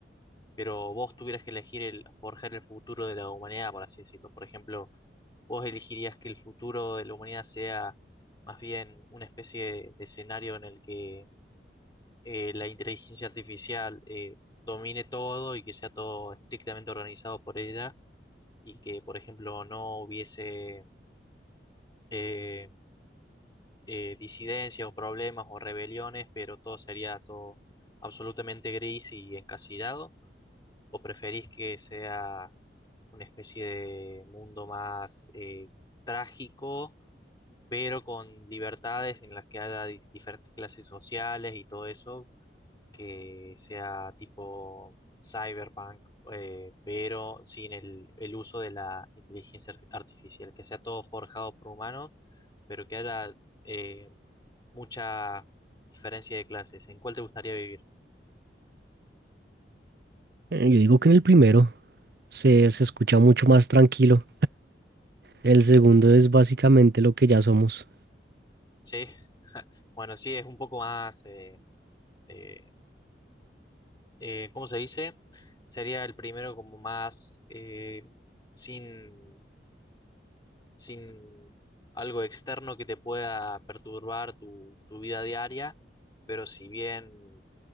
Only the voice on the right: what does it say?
Eh, Yo digo que en el primero se, se escucha mucho más tranquilo. El segundo es básicamente lo que ya somos.